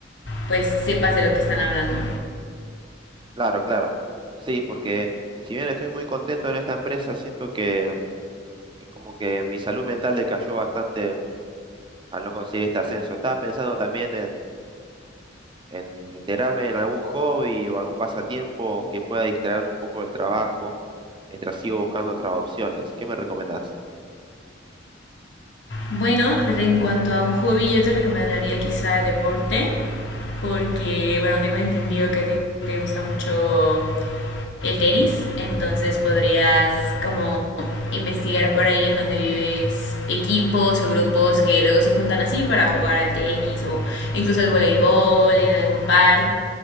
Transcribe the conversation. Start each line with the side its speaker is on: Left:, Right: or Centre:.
Left: pues sepas de lo que están hablando.
Right: Claro, claro. Sí, porque si bien estoy muy contento en esta empresa, siento que es como que mi salud mental decayó bastante al no conseguir este ascenso. Estaba pensando también en, en integrarme en algún hobby o algún pasatiempo que pueda distraerme un poco del trabajo mientras sigo buscando otras opciones. ¿Qué me recomendás?
Left: Bueno, en cuanto a un hobby, yo te recomendaría quizá deporte, porque bueno, tengo entendido que a ti te gusta mucho el tenis, entonces podrías como investigar por ahí en donde vives equipos o grupos que luego se juntan así para jugar al tenis o incluso al voleibol en algún parque